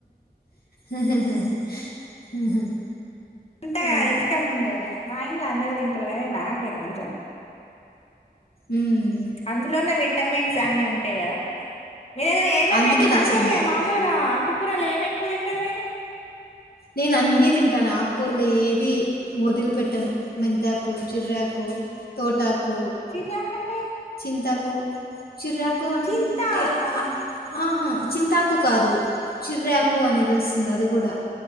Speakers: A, on the left; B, on the left.
A: <inaudible>
B: అంతగా
A: ఆ
B: ఇష్టం ఉండదు నాకు మా ఇంట్లో అందరూ తింటారు కానీ నాకే కొంచెం
A: ఉమ్
B: అందులోనే విటమిన్స్ అన్ని ఉంటాయి కదా మీరు ఏమేమి
A: అందుకే నచ్చదు
B: అంటే
A: మీకు
B: మామూలుగా ఆ ఆకుకూరలు ఏం ఎక్కువ తింటారు మీరు
A: నేను అన్ని తింటాను ఆకుకూరలో ఏది వదిలి పెట్టాను మెంతాకు జీర్రాకు తటాకు
B: చిరాకు అంటే
A: చింతాకు చిర్రాకు అంటే
B: చింతాకా
A: ఆహా చింతాకు కాదు చిర్రాకు అనేది వస్తుంది అది కూడా